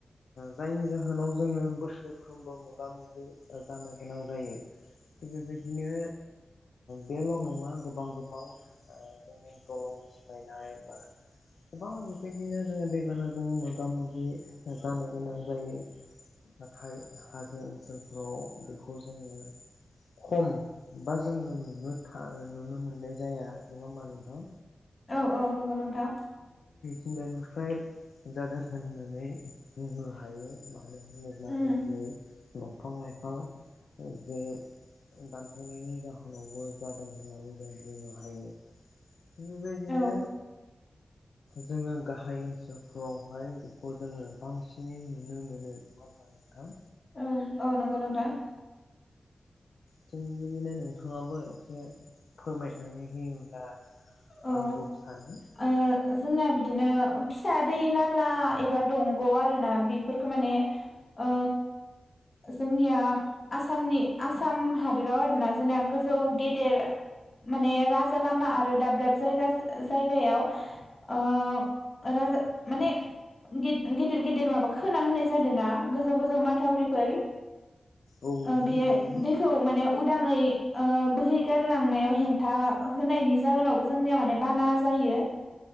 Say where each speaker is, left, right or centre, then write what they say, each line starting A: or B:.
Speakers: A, on the left; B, on the left.
A: जायनि जाहोनाव जोङो बोसोरफ्रोमबो मोगा मोगि जानो गोनां जायो थिग बेबायदिनो बेल' नङा गोबां गोबां जोंनि दलं सिफायनाय बा गोबां बेबायदिनो जोङो दैबानाजों मोगा मोगि जानो गोनां जायो नाथाय हाजो ओनसोलफ्राव बेखौ जोङो खम बा जोङो नुनो नुनो मोननाय जाया नङा होमबा नोंथां।
B: औ औ नंगौ नोंथां।
A: सिगांनिफ्राय जादों होननानै बुंनो हायो मा मानो होनोब्ला
B: उम
A: जों दिनै दंफां लाइफां जे दानफायनायनि जाहोनावबो जादों होननानै जों बुंनो हायो। थिग बेबायदिनो
B: औ
A: जोङो गाहाय ओनसोलफोरावहाय बेखौ जोङो बांसिनै नु नुनो मोनो नङा होमब्ला नोंथां।
B: औ औ नंगौ नोंथां।
A: थिग बेबायदिनो नोंथाङाबो एसे फोरमायनानै होयोब्ला
B: औ
A: हामगौसानो।
B: ओ जोंना बिदिनो फिसा दै नाला एबा दंग' आरोना बेफोरखौ माने ओ जोंनिया आसामनि आसाम हादोराव आरोना जोंना गोजौ गेदेर माने राजा लामा आरो दाब दाब जायगा जायगायाव ओ राजा माने गि गिद गिदिर गिदिर माबा खोना होनाय जादों ना गोजौ गोजौ माथावरिफोर
A: औ नोंथां
B: ओ बेयो
A: थारैनो
B: दैखौ माने उदाङै बोहै गार लांनायाव हेंथा होनायनि जाहोनावबो जोंनिया माने बाना जायो।